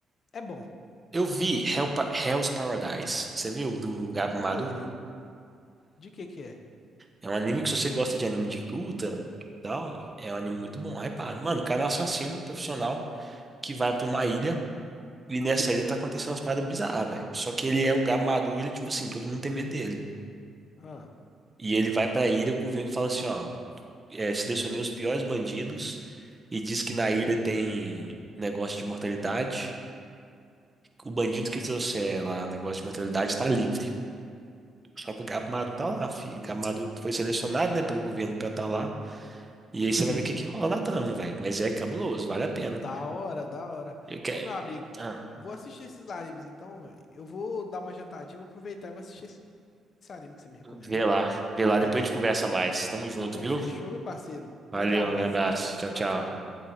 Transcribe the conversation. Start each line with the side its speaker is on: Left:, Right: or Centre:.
Left: É bom.
Right: Eu vi Hell Pa- Hell's Paradise. Você viu? Do Gabo
Left: Nunca
Right: Madu?
Left: vi. De que que é?
Right: É um anime que se você gosta de anime de luta, tal, é um anime muito bom, hypado. Mano, o cara é um assassino profissional que vai pra uma ilha e nessa ilha tá acontecendo umas paradas bizarras, velho. Só que ele é um gado maduro, ele, tipo assim, todo mundo tem medo dele.
Left: Ah,
Right: E ele vai pra ilha, o governo fala assim, ó, é, selecionei os piores bandidos e diz que na ilha tem negócio de mortalidade. O bandido que trouxer lá negócio de mortalidade tá livre. Só que o gado maduro tá lá, filho. O gado maduro foi selecionado, né, pelo governo pra estar lá. E aí você
Left: e
Right: vai
Left: aí?
Right: ver o que que rola na trama, velho. Mas é cabuloso, vale a pena.
Left: Da hora, da hora.
Right: Eu que-
Left: Ô, meu amigo,
Right: ah,
Left: vou assistir esses animes então. véi. Eu vou dar uma jantadinha, vou aproveitar e vou assistir esse esse anime que você me recomendou.
Right: vê lá, vê lá,
Left: Beleza?
Right: depois a gente conversa mais. Tamo junto,
Left: Ô,
Right: viu?
Left: fechou, meu parceiro. Grande
Right: Valeu,
Left: abraço
Right: um grande abraço.
Left: aí.
Right: Tchau,
Left: Tchau,
Right: tchau.
Left: tchau.